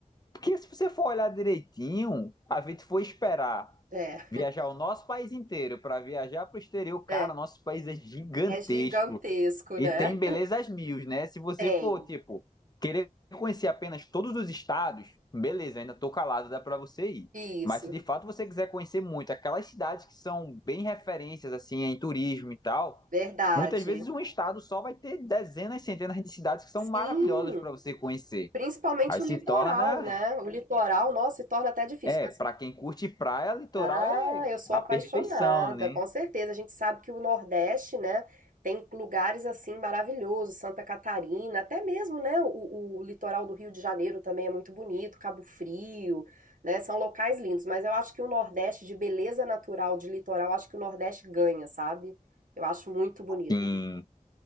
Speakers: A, on the left; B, on the right.
A: Porque se você for olhar direitinho, a gente foi esperar
B: É,
A: viajar o nosso país inteiro para viajar para o exterior, cara,
B: é,
A: nosso país é gigantesco.
B: é gigantesco,
A: E
B: né?
A: tem belezas mil, né? Se você
B: Tem.
A: for, tipo, querer conhecer apenas todos os estados, beleza, ainda tô calado, dá pra você ir.
B: Isso,
A: Mas se de fato você quiser conhecer muito aquelas cidades que são bem referências, assim, em turismo e tal,
B: verdade.
A: muitas vezes um estado só vai ter dezenas, centenas de cidades que são
B: Sim.
A: maravilhosas pra você conhecer.
B: Principalmente
A: Aí se
B: o litoral,
A: torna,
B: né? O litoral, nossa, se torna até difícil.
A: é,
B: Mas,
A: pra quem curte praia, litoral
B: ah,
A: é
B: eu sou
A: a
B: apaixonada,
A: perfeição, né?
B: com certeza. A gente sabe que o Nordeste, né, tem lugares assim maravilhosos, Santa Catarina, até mesmo, né, o, o litoral do Rio de Janeiro também é muito bonito, Cabo Frio, né? São locais lindos. Mas eu acho que o Nordeste, de beleza natural, de litoral, acho que o Nordeste ganha, sabe? Eu acho muito bonito.
A: Sim.